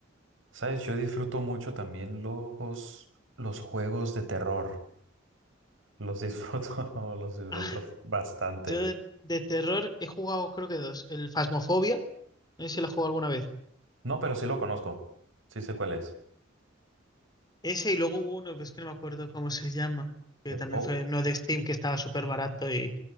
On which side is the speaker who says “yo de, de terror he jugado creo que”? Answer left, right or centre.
Left